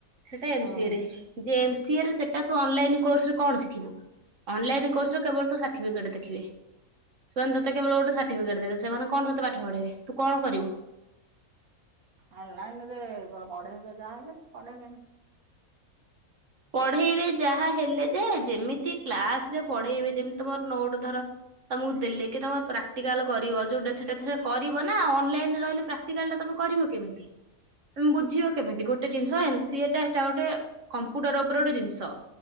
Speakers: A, on the right (about 60°); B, on the right (about 80°).
A: ହେଟାଏମ୍
B: ହଁ
A: ସିଏ ରେ। ଯେ ଏମ୍ ସିଏରେ ସେଟା କୁ ଅନଲାଇନ କୋର୍ସ ରେ କଣ ଶିଖିବୁ? ଅନଲାଇନ କୋର୍ସ ରେ କେବଳ ତ ସାର୍ଟିଫିକେଟ୍ ଦେଖିବେ। ସେମାନେତତେକେବଳ ଗୋଟେ ସାର୍ଟିଫିକେଟ୍ ଦେବେ। ସେମାନେ କଣ ତତେ ପାଠ ପଢ଼ାଇବେ? ତୁ କଣ କରିବୁ?
B: ଅନ୍ଲାଇନ୍ ରେ ପଢେଇବେ ଯାହା ହେଲେ ପଢେଇବେନି।
A: ପଢେଇବେ ଯାହା ହେଲେ ଯେ ଯେମିତି କ୍ଲାସ୍ ରେ ପଢେଇବେ ଯେମିତି ତମର ନୋଟ୍ ଧର ତମକୁ ଦେଲେ କି ତମେ ପ୍ରାକ୍ଟିକାଲ କରିବ। ଯୋଉଟା ସେଟା ସେ କରିବ ନା ଅନଲାଇନରେ ରହିଲେପ୍ରା ପ୍ରାଟିକାଲ୍ ଟା କରିବ କେମିତି? ତମେ ବୁଝିବ କେମିତି? ଗୋଟେ ଜିନିଷ ଏମ୍ ସିଏ ଟା ହେଟାଗୋଟେ କମ୍ପ୍ୟୁଟର ଉପରେ ଗୋଟେ ଜିନିଷ।